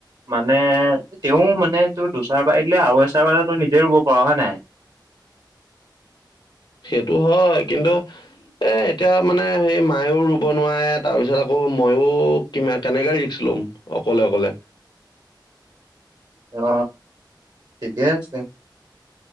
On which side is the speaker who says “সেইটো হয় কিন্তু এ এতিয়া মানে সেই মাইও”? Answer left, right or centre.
Left